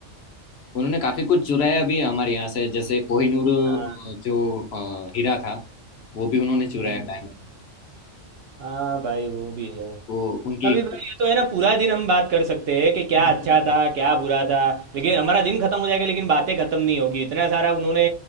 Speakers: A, on the left; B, on the right.
A: उन्होंने काफी कुछ चुराया भी है हमारे यहाँ से जैसे कोहिनूर अ,
B: हाँ
A: जो अ, हीरा था वो भी उन्होंने चुराया
B: हम्म
A: डायमंड
B: हाँ भाई वो भी है
A: वो उनकी
B: अभी भाई ये तो है ना पूरा दिन हम बात कर सकते हैं कि क्या
A: <laughs>
B: अच्छा था क्या बुरा था लेकिन हमारा दिन खत्म हो जाएगा लेकिन बातें खत्म नहीं होगी इतना सारा उन्होंने